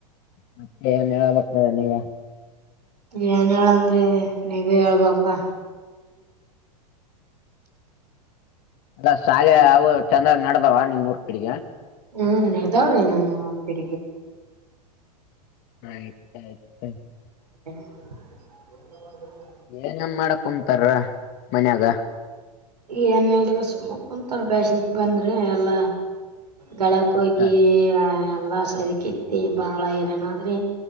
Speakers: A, on the left; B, on the right.
A: ಮತ್ತೆ ಏನ್ ಹೇಳಬಕ್ತದಾನ ಈಗ
B: ಏನ್ ಹೇಳಂದ್ರೆ ನೀವೇ ಹೇಳ್ಬೇಕ
A: ಅದ ಶಾಲೆ ಅವು ಚಂದಾಗ ನಡದಾವ ನಿಮ ಊರ್ ಕಡೆಗೆ
B: ಹ್ಮ ನಡದಾವ್ರಿೇಏ್
A: ಆಯ್ತ ಆಯ್ತು <unintelligible>
B: <inaudible>
A: ಏನನ್ ಮಾಡಕ್ ಕುಂತಾರ ಮನ್ಯಾಗ
B: ಏನಲ್ರ ಸುಮ್ಮ ಕುಂತಾರ ಬ್ಯಾಸರ್ ಬಂದ್ರೆ ಎಲ್ಲ ಗೆಳಕ್ ಹೋಗಿ
A: ಆಯ್ತ
B: ಎಲ್ಲಾ ಅದಕಿತ್ತ ಬಾಳ ಇರಣಾದ್ರೆ